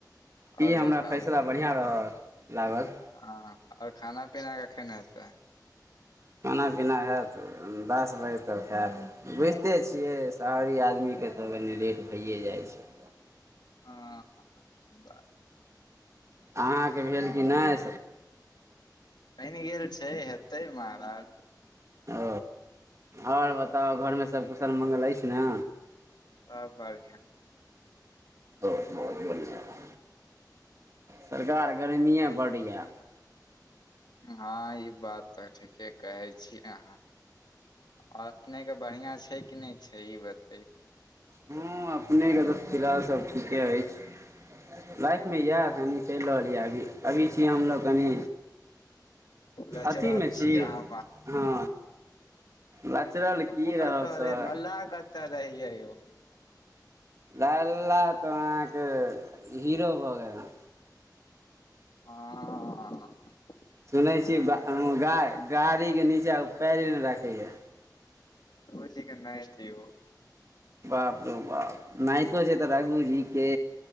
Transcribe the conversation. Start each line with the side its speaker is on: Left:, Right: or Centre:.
Right: ई
Left: आओर
Right: हमरा
Left: बताबू
Right: फैसला बढ़िआं रहल लागल
Left: हँ आओर खाना पीना कखन हेतै
Right: खाना पीना हेत दस बजे तक खेएब बुझिते छियै शहरी आदमीे तब कनि लेट भैए जाइ छै।
Left: ह बात
Right: अहाँके भेल कि नहि
Left: बनि गेल छै हेतै महाराज
Right: ओ आओर बताउ घरमे सभकुशल मङ्गल अछि न
Left: आ बढिया
Right: बहुत बहुत धन्यबाद सरकार गर्मिए बड य
Left: हँ ई बात तऽ ठीके कहै छियै अहाँ आ अपनेके बढ़िआँ छै। कि नहि छै। ई बता
Right: हँ अपनेके तऽ फिलहालसभ ठीके अछि लाइफमे इएह तनि चलि रहल यए अभी अभी छी हमलोग कनि
Left: लचरल
Right: अथिमे छी
Left: अहाँ
Right: हँ लचरल की
Left: उ
Right: रहब
Left: कते
Right: सर
Left: रहे लला कते रहियौ
Right: लल्ला तऽ अहाँके हीरो भऽ गेल ह
Left: ह
Right: सुनै छी गा गाड़ीके नीचाँ पैर नहि राखैए
Left: रोजी केनाएथे ओ <inaudible>
Right: बाप रहौ बाप नतो छै तऽ रखू जी के